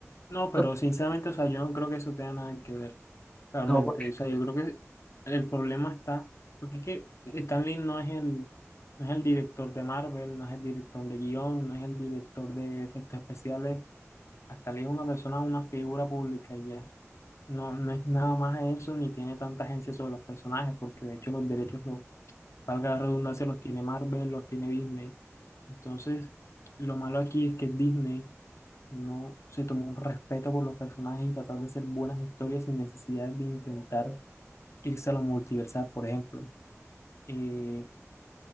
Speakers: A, on the left; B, on the left.
A: No, pero
B: No,
A: sinceramente, o sea, yo no creo que eso tenga nada que ver. Realmente,
B: no, porque...
A: o sea, yo creo que el problema está, porque es que Stan Lee no es el, no es el director de Marvel, no es el director de guión, no es el director de efectos especiales, hasta Lee es una persona, una figura pública y ya. No, no es nada más eso, ni tiene tanta agencia sobre los personajes, porque de hecho los derechos, los, valga la redundancia, los tiene Marvel, los tiene Disney. Entonces, lo malo aquí es que Disney no se tomó un respeto por los personajes y tratar de hacer buenas historias sin necesidad de intentar irse a lo multiversal, por ejemplo. Eh,